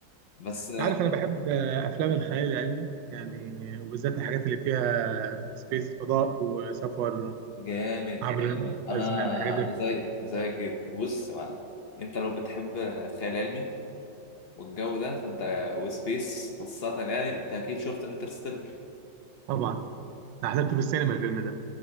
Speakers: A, on the left (about 65°); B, on the right (about 80°).
A: بس
B: انت عارف انا بحب آه، افلام الخيال العلمي يعني وبالذات الحاجات اللي فيها سبيس فضاء وسفر
A: جامد
B: عبر
A: جامد انا
B: الازمان الحاجات
A: انا
B: دي
A: زيك زيك جدا بص يا معلم انت لو بتحب الخيال العلمي والجو ده فانت وسبيس خاصة يعني انت اكيد شفت انترستيلر
B: طبعا انا حضرته في السينما الفيلم ده